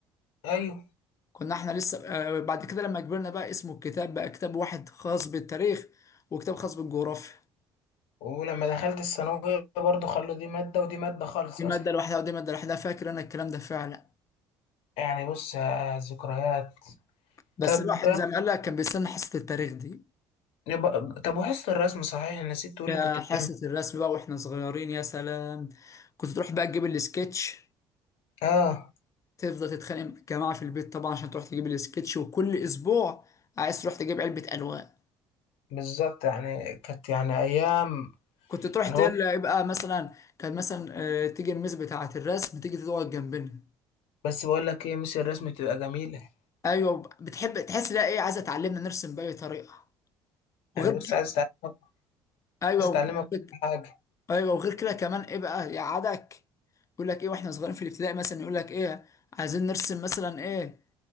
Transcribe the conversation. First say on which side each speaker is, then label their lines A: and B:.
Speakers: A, on the left; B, on the left.
A: ايوه
B: كنا احنا لسه آه، بعد كده لما كبرنا بقى اسمه الكتاب بقى كتاب واحد خاص بالتاريخ وكتاب خاص بالجغرافيا
A: ولما دخلت الثانويه برضو خلوا دي ماده ودي ماده خالص
B: دي
A: اصلا
B: مادة لوحدها ودي مادة لوحدها فاكر انا الكلام ده فعلا
A: يعني بص يا ذكريات
B: بس
A: طب
B: الواحد زي ما قال لك كان بيستنى حصة التاريخ دي
A: يبقى طب وحصه الرسم صحيح نسيت تقول
B: يا
A: لي كنت
B: حصة
A: بتعمل
B: الرسم بقى واحنا صغيرين يا سلام كنت تروح بقى تجيب السكتش
A: اه
B: تفضل تتخانق مع الجماعة في البيت طبعا عشان تروح تجيب السكتش وكل اسبوع عايز تروح تجيب علبة ألوان
A: بالظبط يعني كانت يعني ايام
B: كنت تروح
A: انا
B: تقول
A: برضو
B: له يبقى مثلا كان مثلا آه، تيجي الميس بتاعة الرسم تيجي تقعد جنبنا
A: بس بقول لك ايه مش الرسم تبقى جميله
B: ايوه بتحب تحس لها ايه عايزه تعلمنا نرسم باي طريقه وغير
A: يعني بص
B: كده
A: عايز اتعلمك
B: ايوه
A: عايز
B: وغير
A: اتعلمك كل
B: كده
A: حاجه
B: ايوه وغير كده كمان ايه بقى يقعدك يقول لك ايه واحنا صغيرين في الابتدائي مثلا يقول لك ايه عايزين نرسم مثلا ايه